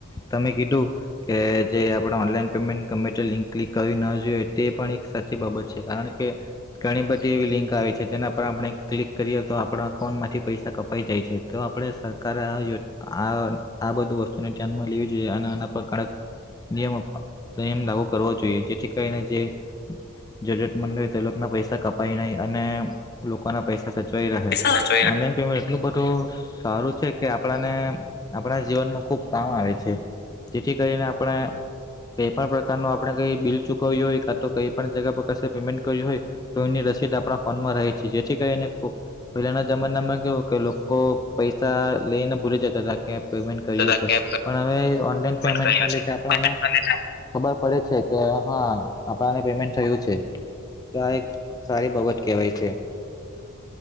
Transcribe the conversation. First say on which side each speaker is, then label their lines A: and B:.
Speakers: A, on the left; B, on the left.
A: તમે કીધું કે જે આપડણે ઓનલાઈન પેમેન્ટ ગમેતે લિંક ક્લિક કરવી ના જોઈએ તે પણ સારી બાબત છે કારણ કે ઘણી બધી એવી લિંક આવી છે જેના પર આપણે ક્લિક કરીએ તો આપનું એકાઉન્ટ માંથી પૈસા કપાઈ જાય છે તો આપણે સરકારે આયોજના આ આ બધું વસ્તુને ધ્યાનમાં લેવી જોઈએ અને આના કડક નિયમ નિયમ લાગુ કરવો જોઈએ જેથી કરીને જે જરૂરિયાત મંડળ હો તે લોકોના પૈસા કપાય નહી અને લોકોના પૈસા સચવાઈ રહે
B: પૈસા સચવાઈ
A: ઓનલાઈન પેમેન્ટ એટલું બધું સારું છે કે આપણાને આપણા જીવનમાં ખૂબ કામ આવે છે જેથી કરીને આપણે કઈ પણ પ્રકારનું આપણે કઈ બિલ ચૂકવ્યું હોય કા તો કઈ પણ જગ પર ક પેમેન્ટ કર્યું હોય તો એની રસીદ આપણા ફોનમાં રહે છે જેથી કરીને પહેલાના જમાનામાં કેવું કે લોકો પૈસા સા લઈ ને ભૂલી જતા તા કે પેમેન્ટ કર્યું
B: તથા
A: છે
B: કેશ
A: પણ હવે ઓનલાઈન પેમેન્ટ
B: કર્યું
A: ના લીધે
B: છે
A: આપણને
B: અને
A: ખબર પડે છે કે હા આપણાને પેમેન્ટ થયું છે. તો આ એક સારી બાબત કહેવાય છે.